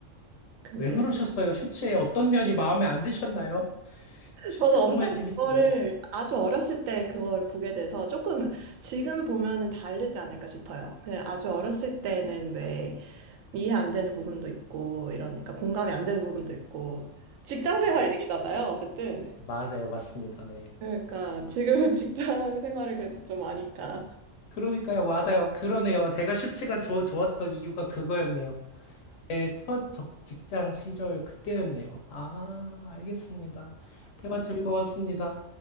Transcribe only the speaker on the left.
왜 그러셨어요? 슈츠의 어떤 면이 마음에 안 드셨나요? 슈츠
정말 재밌어요.
네.
맞아요. 맞습니다. 네.
그러니까요, 맞아요. 그러네요. 제가 슈츠가 좋 좋았던 이유가 그거였네요. 제 첫 직장 시절 그때였네요. 아, 알겠습니다. 대화 즐거웠습니다.